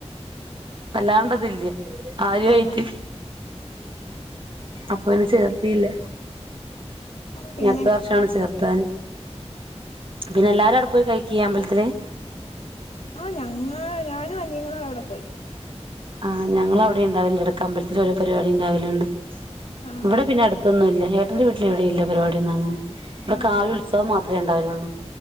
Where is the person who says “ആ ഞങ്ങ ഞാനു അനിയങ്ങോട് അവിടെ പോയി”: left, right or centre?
Left